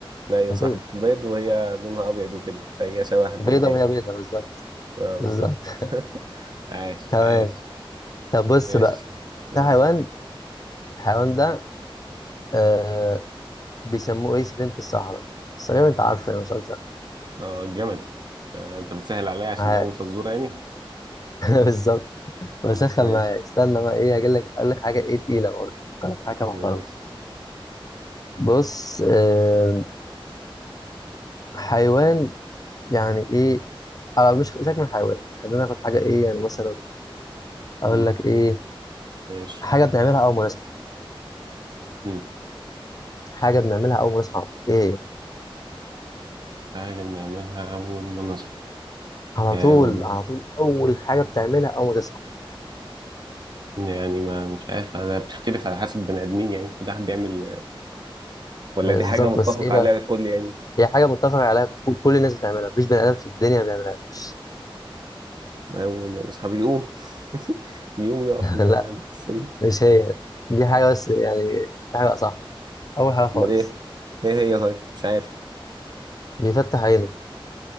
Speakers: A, on the right; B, on the left.
A: ايوه
B: البيض
A: صح بيض وهي لونها ابيض وكده فهي شبه
B: بيضه
A: لونها
B: وهي
A: يعني
B: بيضه بالظبط
A: اه بالظبط
B: بالظبط <laughs>
A: <laughs> عاش
B: تمام
A: عاش
B: طب بص
A: ماشي
B: بقى
A: قول
B: في حيوان الحيوان ده آه بيسموه ايه سفينه الصحراء بس تقريبا انت عارفه يعني مسلسل
A: اه جمل آه انت بتسهل عليا عشان
B: معاش
A: اول فزوره يعني
B: <laughs> بالظبط بسخن
A: ماشي
B: معايا استنى بقى ايه هجيب لك اقول لك حاجه ايه تقيله برضه أقول لك حاجه محترمه
A: ماشي
B: بص آه حيوان يعني ايه آه مش سيبك من حيوان خلينا ناخد حاجه ايه يعني مثلا اقول
A: مم.
B: لك ايه
A: ماشي
B: حاجه بنعملها اول ما نصحى
A: مم.
B: حاجه بنعملها اول ما نصحى ايه هي؟
A: حاجه بنعملها اول ما نصحى
B: على
A: آه
B: طول على طول اول حاجه بتعملها اول ما تصحى
A: يعني ما مش عارف ده بتختلف على حسب بني ادمين يعني كل واحد بيعمل ولا
B: بالظبط
A: دي حاجه متفق
B: بس ايه
A: عليها
B: بقى
A: الكل يعني
B: هي حاجه متفق عليها ك- كل الناس بتعملها مفيش بني ادم في الدنيا ما بيعملهاش
A: اول ما نصحى بيقوم <laughs> بيقوم يقف
B: <laughs>
A: من على
B: لا
A: السرير
B: مش هي دي حاجه بس يعني حاجه صح اول حاجه خالص
A: امال ايه ايه هي طيب مش عارف
B: بيفتح عينه